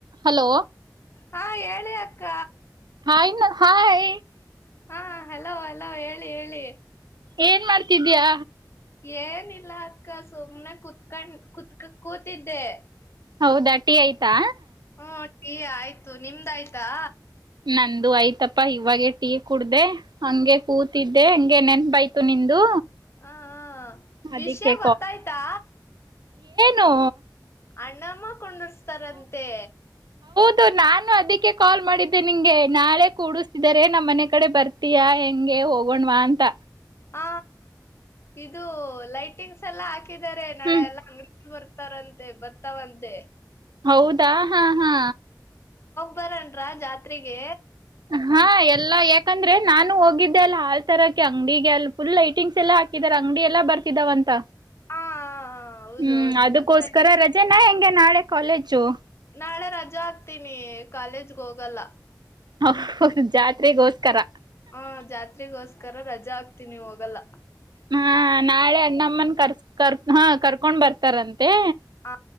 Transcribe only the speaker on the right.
Hello
ಹಾಯ್ ಣ ಹಾಯ್
ಏನ್ ಮಾಡ್ತಿದ್ಯಾ
ಹೌದ ಟಿ ಆಯ್ತಾ
ನಂದು ಆಯ್ತಪ್ಪ ಇವಾಗೆ ಟೀ ಕುಡ್ದೇ ಹಂಗೆ ಕೂತಿದ್ದೆ ಹಂಗೆ ನೆನ್ಪಾಯ್ತು ನಿಂದು
ಅದಿಕ್ಕೆ
ನೋ
ದು ನಾನು ಅದಿಕ್ಕೆ ಕಾಲ್ ಮಾಡಿದ್ದೆ ನಿಂಗೆ ನಾಳೆ ಕೂಡಸ್ತಿದಾರೆ ನಮ್ಮ್ ಮನೆ ಕಡೆ ಬರ್ತೀಯಾ ಹೆಂಗೆ ಹೋಗೋಣ್ವಾ ಅಂತ.
ಹ್ಮ್
ಹೌದಾ ಹಾ ಹಾ
ಹಾ ಎಲ್ಲಾ ಯಾಕಂದ್ರೆ ನಾನು ಹೋಗಿದ್ದೆ ಅಲ್ಲಿ ಹಾಲ್ ತರಕ್ಕೆ ಅಂಗಡಿಗೆ ಅಲ್ಲಿ ಫುಲ್ ಲೈಟಿಂಗ್ಸ್ ಎಲ್ಲಾ ಹಾಕಿದಾರ ಅಂಗಡಿ ಎಲ್ಲಾ ಬರ್ತಿದ್ದಾವ ಅಂತ.
ಹ್ಮ್
ಅದುಕೋಸ್ಕರ
ರಜೆನಾ ಹೆಂಗೆ ನಾಳೆ ಕಾಲೇಜು
ಓಹ್ ಹೊ ಹ್ ಜಾತ್ರೆಗೋಸ್ಕರ
ಹಾ ನಾಳೆ ಅಣ್ಣಮ್ಮನ್ ಕರ್ ಕರ್ ಹಾ ಕರ್ಕೊಂಡ್ ಬರ್ತಾರನ್ ಏ